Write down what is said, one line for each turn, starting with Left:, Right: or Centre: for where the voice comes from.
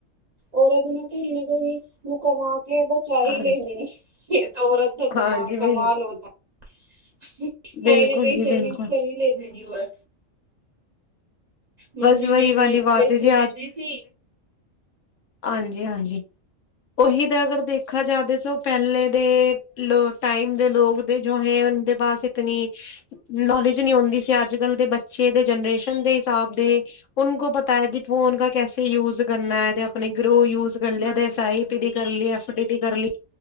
Right: ਔਰਤ ਨਾ ਕਹੀਂ ਨਾ ਕਹੀਂ ਮਤ ਕਮਾ ਕੇ ਬ ਚਾ
Left: ਹਾਂਜੀ
Right: ਈ ਲੈਂਦੀ ਔਰਤ ਦੇ
Left: ਹਾਂਜੀ
Right: ਕਮਾ
Left: ਬਿਲਕੁਲ
Right: ਕਮਾਲ ਹੋਦਾ। <unintelligible> ਕਈ
Left: ਬਿਲਕੁਲ
Right: ਨਾ ਕਈ
Left: ਜੀ
Right: ਸੇਵਿੰਗ
Left: ਬਿਲਕੁਲ
Right: ਕਰ ਈ ਲੈਦੀ। ਜਿਵਰਾ ਮੰਮੀ
Left: ਬਸ ਵਹੀ
Right: ਮੈਂ
Left: ਵਾਲੀ
Right: ਮੈਨੂੰ
Left: ਬਾਤ
Right: ਪਰਸੋਂ
Left: ਹੈ ਜੀ
Right: ਕੈਂਦੀ ਸੀ।
Left: ਹਾਂਜੀ -ਹਾਂਜੀ ਔਹੀ ਤਾਂ ਅਗਰ ਦੇਖਾ ਜਾਵੇ ਤਾਂ ਪੈਲੇ ਦੇ ਲੋ ਟਾਈਮ ਦੇ ਲੋਗ ਦੇ ਜੋਹੈ ਔਂਦੇ ਪਾਸ ਇਤਨੀ ਨੌਲੇਜ ਨੀ ਹੋਂਦੀ ਸੀ ਅੱਜ- ਕੱਲ੍ਹ ਦੇ ਬੱਚੇ ਦੇ ਜਨਰੇਸ਼ਨ ਦੇ। ਦੇ ਹਿਸਾਬ ਦੇ ੳਨ ਕੋ ਬਤਾਯਾ ਦੀ ਫੋਨ ਕਾਲ ਕੈਸੇ ਯੂਜ ਕਰਨੈ। ਅਪਣੇ ਗਰੋ ਯੂਜ ਕਰ ਲਿਆ
Right: ਹਾਂਜੀ
Left: ਦੇ ਸਾਇਡ
Right: ਹਾਂਜੀ।
Left: ਤੇ ਕਰ ਲੇਯਾ ਐਫ ਡੀ ਦੀ ਕਰ ਲੀ।